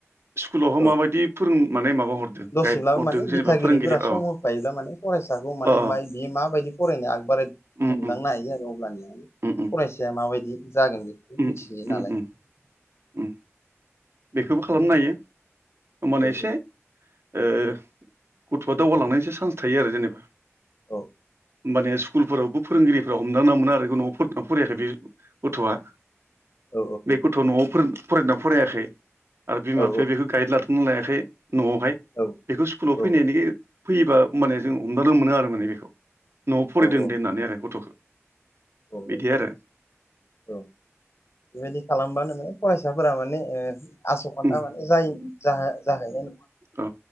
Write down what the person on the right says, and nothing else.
स्कुलावहा
माबायदि फोरों माने माबा हरदों
गाइड हरदों
जेनेबा
फोरोंगिरि
औ
अ
उम
उम
उम उम
उम
उम
उम उम बेखौबो खालामनो हायो होमबानो
एसे ओ गथ'आ दावगालांनायनिसो चान्स थायो आरो जेनेबा
माने स्कुलफोरावबो फोरोंगिरिफोराव हमदांना मोना आरो न'आव फरायाखै बे गथ'आ
बे गथ' न'आव फरायदोंना फरायाखै आरो बिमा
बिफाया बेखौ गाइड लादोंना लायाखै न'आवहाय
बेखौ स्कुलाव
फैनायनायनिखि फैयोबा माने जों हमदानो मोनो आरो माने बेखौ न'आव फरायदों
दे होननानै आरो गथ'खौ
बिदि आरो
उम
अ